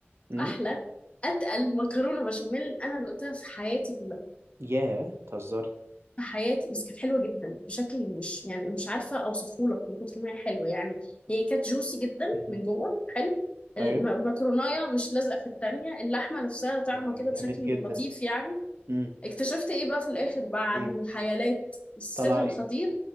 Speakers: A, on the right (about 75°); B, on the left (about 30°).
A: امم
B: احلى اتقل مكرونه بشاميل انا دقتها في حياتي كلها
A: ياه بتهزري
B: في حياتي بس كانت حلوه جدا بشكل مش يعني مش عارفه اوصفه لك من كتر ما هي حلوه يعني هي كانت جوسي جدا
A: امم
B: من جوه حلو
A: ايوه
B: الم- المكرونايه مش لازقه في التانية اللحمه نفسها طعمه
A: يعني
B: كده
A: جامد
B: بشكل
A: جدا
B: لطيف يعني
A: امم
B: اكتشفت ايه بقى في الاخر بعد
A: ايه
B: الحيالات السر
A: طلع
B: الخطير
A: ايه